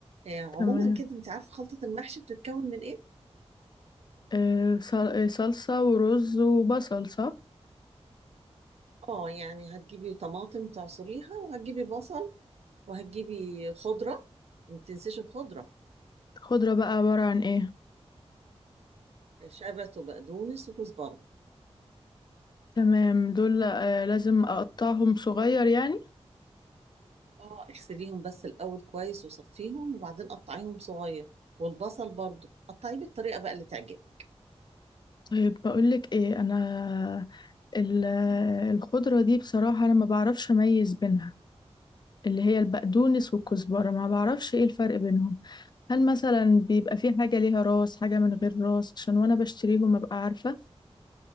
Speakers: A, on the right; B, on the left.
A: آه، عموما
B: تمام
A: كده انت عارفه خلطه المحشي بتتكون من ايه
B: آه صل- آه، صلصة ورز وبصل صح
A: اه يعني هتجيبي طماطم تعصريها وهتجيبي بصل وهتجيبي خضره ما تنسيش الخضره
B: خضرة بقى عبارة عن ايه
A: شبت وبقدونس وكزبره
B: تمام دول آه لازم اقطعهم صغير يعني
A: اه اغسليهم بس الاول كويس وصفيهم وبعدين قطعيهم صغير والبصل برضو قطعيه بالطريقه بقى اللي تعجبك
B: طيب بقولك ايه انا ال- الخضرة دي بصراحة انا ما بعرفش اميز بينها اللي هي البقدونس والكزبرة ما بعرفش ايه الفرق بينهم هل مثلا بيبقى في حاجة ليها راس حاجة من غير راس عشان وانا بشتريهم ابقى عارفة